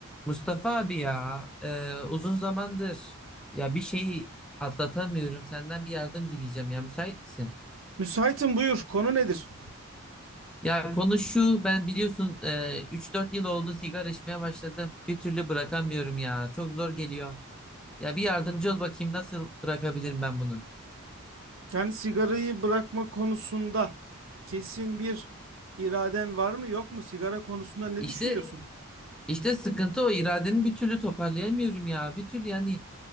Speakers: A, in the centre; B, on the right.
A: Mustafa abi ya e, uzun zamandır ya bir şeyi atlatamıyorum. Senden bir yardım dileyeceğim ya müsait misin?
B: Müsaitim buyur. Konu nedir?
A: Ya konu şu ben biliyorsun e, 3-4 yıl oldu sigara içmeye başladım. Bir türlü bırakamıyorum ya çok zor geliyor. Ya bir yardımcı ol bakayım nasıl bırakabilirim ben bunu?
B: Yani sigarayı bırakma konusunda kesin bir iraden var mı yok mu? Sigara konusunda ne
A: İşte
B: düşünüyorsun?
A: işte sıkıntı o irademi bir türlü toparlayamıyorum ya. Bir türlü yani